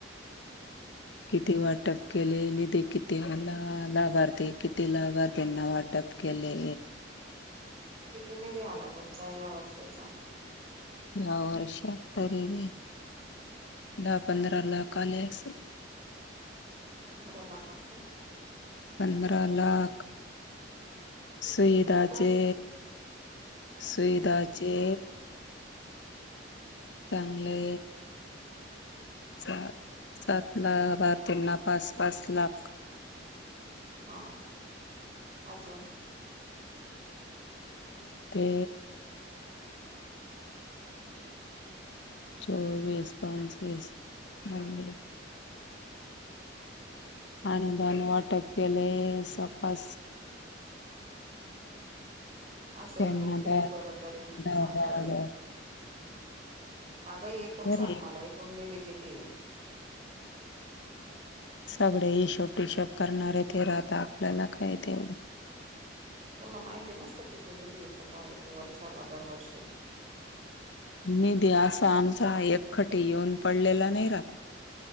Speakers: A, on the left; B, on the right.
A: किती वाटप केले निधी किती लाभार्थी किती लाभार्थीना वाट प केले
B: किती निधी आला तुमचा या वर्षीचा?
A: या वर्षात तरी दहा पंधरा लाख आले अस-
B: पंधरा लाख रुपये
A: पंधरा लाख स ाचे
B: बस
A: सुईधचे
B: हम्म
A: चांगले सात सात ला भार त्यांना पाच पाच लाख
B: हा अचो
A: ते चोवीस पंचवीस मंद आनंदान वाटप केले स्प
B: असं
A: त्यांना
B: एकण किती
A: द
B: बरं तरी
A: दहा
B: अंदाजे.
A: दहा हजार
B: अगं एकूण
A: तरी
B: सांग मला एकूण मी दे किती आहे.
A: सगळे हिशोब टिशोब करणारे ते राहता आपल्याला काही तेवढं.
B: तुला माहिती नसतं किती निधी येतो काय येतो वर्षाला दरवर्षी
A: निधी असा आमचा एक खटी येऊन पडलेला नाही राह